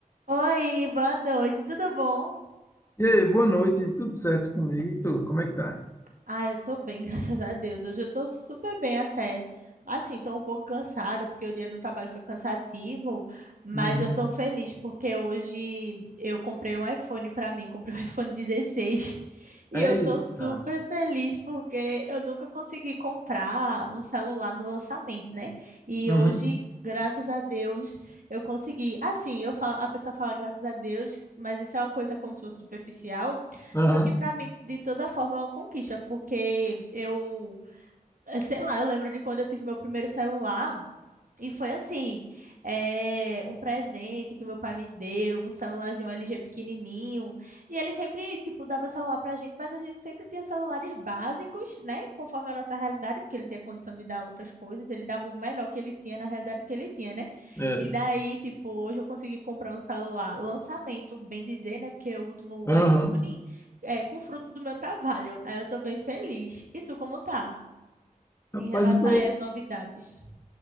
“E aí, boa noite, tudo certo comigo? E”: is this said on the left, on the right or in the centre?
Left